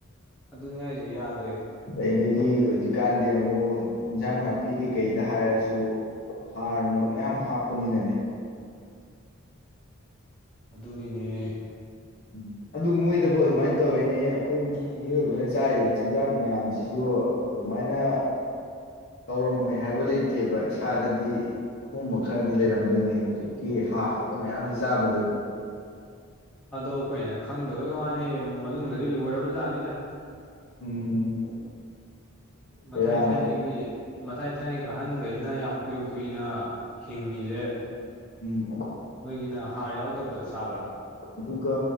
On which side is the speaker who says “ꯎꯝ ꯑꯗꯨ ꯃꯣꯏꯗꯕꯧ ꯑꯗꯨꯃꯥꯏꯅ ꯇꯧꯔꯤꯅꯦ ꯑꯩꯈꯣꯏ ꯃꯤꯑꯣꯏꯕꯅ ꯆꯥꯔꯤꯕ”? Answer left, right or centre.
Left